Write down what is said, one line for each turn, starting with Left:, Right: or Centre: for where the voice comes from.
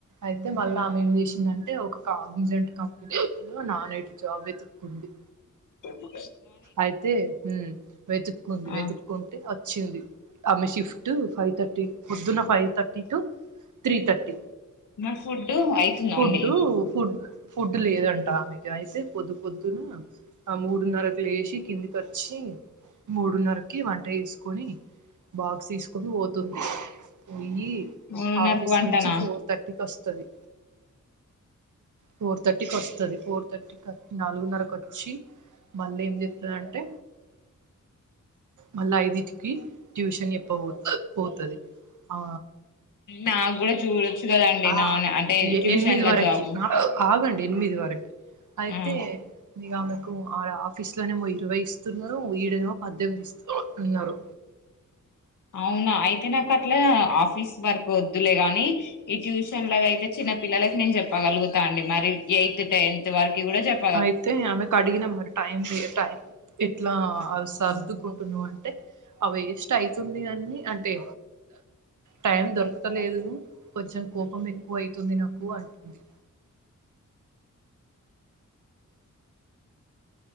Right: అయితే మళ్ళీ ఆమె ఏం చేసిందంటే ఒక కాగ్నిజెంట్ కంపె ఏదో నాన్ ఐటీ జాబ్ వెతుక్కుంది
Left: డెము
Right: అయితే మ్మ్ వెతుక్కుంది
Left: ఆ
Right: వెతుక్ కుంటే వచ్చింది ఆమె షిఫ్ట్ ఫైవ్ థర్టీ పొద్దున five thirty to three thirty
Left: మరి ఫుడ్ అయితుందా
Right: ఫుడ్డు
Left: అండి
Right: ఫుడ్ ఫుడ్ లేదంట ఆమెకి అయితే పొద్దు పొద్దున ఆ మూడున్నరకు లేసి కిందికచ్చి మూడున్నరకి వంట చేసుకొని బాక్స్ తీసుకొని పోతుంది పోయి
Left: మూడున్నరకు
Right: ఆ ఆఫీస్
Left: వంటనా
Right: నుంచి ఫోర్ తర్టీకస్తాది ఫోర్ థర్టీకస్తాది ఫోర్ థర్టీకి నాలుగున్నరకచ్చి మళ్ళా ఏం చెప్తాదంటే మళ్ళా ఐధిటికి ట్యూషన్ చేప్ప బో పోతది ఆ
Left: నాకు కూడా చూడొచ్చు కదండి
Right: ఆ
Left: నాన్ అంటే ట్యూషన్ల
Right: ఎనిమిది వరకి
Left: జాబు
Right: ఆగండి ఎనిమిది వరకు అయితే
Left: ఆ
Right: మీ ఆమెకు ఆడ ఆఫీస్ లోనేమో ఇరవై ఇస్తున్నారు ఈడనేమో పద్దెనిమిది ఇస్తు ఉన్నారు
Left: అవునా అయితే నాకట్లా ఆఫీస్ వర్క్ వద్దులే గాని ఈ ట్యూషన్లవయితే చిన్న పిల్లలకి నేను చెప్పగలుగుతా అండి మరి ఎయిత్ టెన్త్ వరకి కూడా చెప్
Right: ఆయితే ఆమెకడిగిన మరి టైంకి టైం ఇట్లా సర్దుకుంటున్నా అంటే అవేస్టయతుంది అన్ని అంటే టైం దొరకతలేదు కొంచెం కోపం ఎక్కువ అయితుంది నాకు అంటుంది